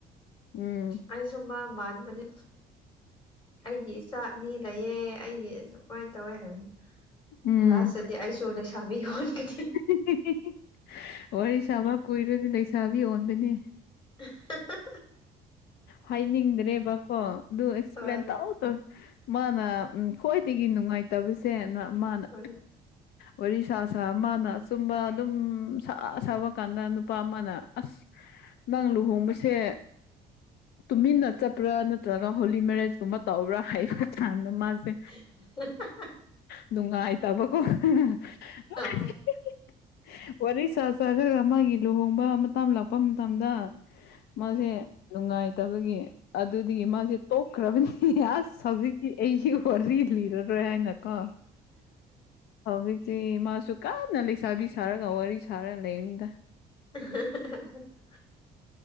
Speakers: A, on the left; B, on the left.
A: ꯎꯝ
B: ꯑꯩꯁꯨ ꯃꯥ ꯃꯥꯟꯕꯅꯦ ꯑꯩꯒꯤ ꯏꯆꯥ ꯑꯅꯤ ꯂꯩꯌꯦ ꯑꯩꯒꯤ ꯑꯁꯨꯃꯥꯏꯟ ꯇꯧꯋꯦ ꯍꯥꯏꯝꯅꯤ
A: ꯎꯝ
B: ꯂꯥꯁꯇꯗꯤ ꯑꯩꯁꯨ ꯂꯩꯁꯥꯕꯤ ꯑꯣꯟꯒꯅꯤ꯫
A: <unintelligible> ꯋꯥꯔꯤ ꯁꯥꯕ ꯀꯨꯏꯔꯗꯤ ꯂꯩꯁꯥꯕꯤ ꯑꯣꯟꯕꯅꯦ
B: <unintelligible>
A: ꯍꯥꯏꯅꯤꯡꯗ꯭ꯔꯦꯕꯀꯣ ꯑꯗꯨ ꯑꯦꯛꯁꯄ꯭ꯂꯦꯟ
B: ꯍꯣꯏ
A: ꯇꯧꯇꯧ ꯃꯥꯅ ꯎꯝ ꯈ꯭ꯋꯥꯏꯗꯒꯤ ꯅꯨꯡꯉꯥꯏꯇꯕꯁꯦꯅ ꯃꯥꯅ
B: ꯍꯣꯏ
A: ꯋꯥꯔꯤ ꯁꯥ ꯁꯥ ꯃꯥꯅ ꯑꯆꯨꯝꯕ ꯑꯗꯨꯝ ꯁꯥ ꯁꯥꯕ ꯀꯥꯟꯗ ꯅꯨꯄꯥ ꯑꯃꯥꯅ ꯑꯁ ꯅꯪ ꯂꯨꯍꯣꯡꯕꯁꯦ ꯇꯨꯃꯤꯟꯅ ꯆꯠꯄ꯭ꯔꯥ ꯅꯠꯇ꯭ꯔꯒ ꯍꯣꯂꯤ ꯃꯦꯔꯦꯖꯀꯨꯝꯕ ꯇꯧꯕ꯭ꯔꯥ ꯍꯥꯏꯕ ꯀꯥꯟꯗ ꯃꯥꯖꯦ
B: <unintelligible>
A: ꯅꯨꯡꯉꯥꯏ ꯇꯕꯀꯣ <unintelligible>
B: ꯑ
A: ꯋꯥꯔꯤ ꯁꯥ ꯁꯥꯔꯒ ꯃꯥꯒꯤ ꯂꯨꯍꯣꯡꯕ ꯃꯇꯝ ꯂꯥꯛꯄ ꯃꯇꯝꯗ ꯃꯥꯁꯦ ꯅꯨꯡꯉꯥꯏꯇꯕꯒꯤ ꯑꯗꯨꯗꯒꯤ ꯃꯥꯁꯦ ꯇꯣꯛꯈ꯭ꯔꯕꯅꯤ ꯑꯁ ꯍꯧꯖꯤꯛꯇꯤ ꯑꯩꯒꯤ ꯋꯥꯔꯤ ꯂꯤꯔꯔꯣꯏ ꯍꯥꯏꯅ ꯀꯣ ꯍꯧꯖꯤꯛꯇꯤ ꯃꯥꯁꯨ ꯀꯥꯟꯅ ꯂꯩꯁꯥꯕꯤ ꯁꯥꯔꯒ ꯋꯥꯔꯤ ꯁꯥꯔ ꯂꯩꯔꯤꯗ꯫
B: <unintelligible>